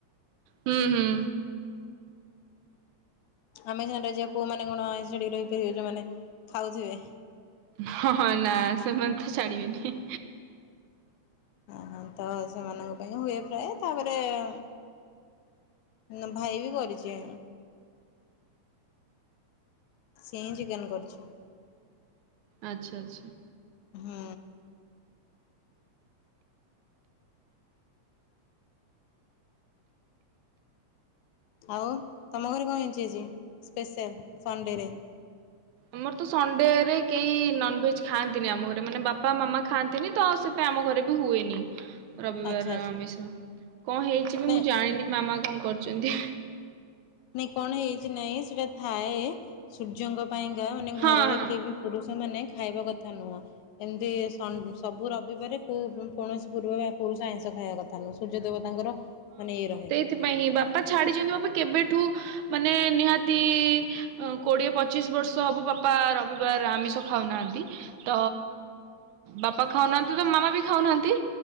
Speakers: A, on the right; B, on the left.
A: ହୁଁ, ହୁଁ।
B: ଆମେ ସିନା ରହିଯିବା ପୁଅମାନେ କଣ ଆଇଁଷ ଛାଡିକି ରହିପାରିବେ, ଯୋଉମାନେ ଖାଉଥିବେ।
A: ହଁ ନା ସେମାନେ ତ ଛାଡିବେନି।
B: ହଁ, ହଁ ତ ସେମାନଙ୍କ ପାଇଁ ହୁଏ ପ୍ରାୟ, ତାପରେ ଉଁ ନା ଭାଇ ବି କରିଚି। ସିଏ ହିଁ ଚିକେନ୍ କରିଛି।
A: ଆଚ୍ଛା, ଆଚ୍ଛା।
B: ହୁଁ। ଆଉ ତୋମ ଘରେ କଣ ହେଇଞ୍ଚି ଆଜି ସ୍ପେଶାଲ୍ ସଣ୍ଡେରେ?
A: ଆମର ତ ସଣ୍ଡେରେ କେହି ନନଭେଜ୍ ଖାଆନ୍ତିନି ଆମ ଘରେ। ମାନେ ବାପା ମାମା ଖାଆନ୍ତିନି ତ ସେ ସେ ଆମ ଘରେ ବି ହୁଏନି। ରବିବାର
B: ଆଚ୍ଛା
A: ର
B: ଆଚ୍ଛା
A: ଆମିଷ କଣ ହେଇଚି ମୁଁ
B: ନାଇଁ
A: ଜାଣିନି, ମାମା କଣ କରଚନ୍ତି।
B: ନାଇଁ କଣ ହେଇଛି ନାଇଁ ସେଇଟା ଥାଏ ସୂର୍ଯ୍ୟଙ୍କ ପାଇଁକା ମାନେ
A: ହଁ
B: ଘରର
A: ହଁ।
B: କିଏ ବି ପୁରୁଷ ମାନେ ଖାଇବା କଥା ନୁହଁ। ଏମିତି ସନ୍ ସବୁ ରବିବାର କୋଉ କୌଣସି ପୂର୍ବ ବା ପୁରୁଷ ଆଇଁଷ ଖାଇଆ କ ଥା ନୁହଁ ସୂର୍ଯ୍ୟଦେବତାଙ୍କର ମାନେ ଇଏ ରହେ।
A: ସେଥିପାଇଁ ହିଁ ବାପା ଛାଡିଛନ୍ତି, ବାପା କେବେଠୁ ମାନେ ନିହାତି ଅଁ, କୋଡିଏ ପଚିଶ ବର୍ଷ ହବ ବାପା ରବି ବାର ଆମିଷ ଖାଉନାହାନ୍ତି, ତ ବାପା ଖାଉନାହାନ୍ତି ତ ମାମା ବି ଖାଉନାହାନ୍ତି,